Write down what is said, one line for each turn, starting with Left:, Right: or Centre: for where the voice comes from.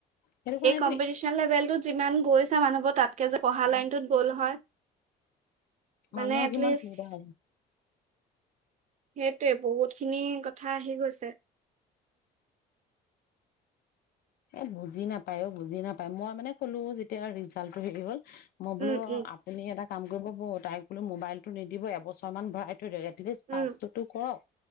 Left: সেইটো কাৰণে।
Right: কমম্পিটিচন লেভেলটোত যিমান গৈছা মানুহবোৰ তাতকে যে পঢ়া লাইনটোত গ'ল হয়। মানে
Left: মানুহৰ
Right: এটলিষ্ট
Left: কিমান সুবিধা হয়।
Right: সেইটোৱে বহুত খিনি কথা আহি গৈছে।
Left: এ বুজি নাপায় অ বুজি নাপায় মই মানে ক'লো যেতিয়া ৰিজাল্টটো হেৰি হ'ল। মই
Right: উম,
Left: বোলো
Right: উম,
Left: আপুনি এটা কাম কৰিব। তাই বোলো মোবাইলটো নিদিব এবছৰ মান ভৰাই। <unintelligible> এটলিষ্ট
Right: উম,
Left: পাছটো কৰক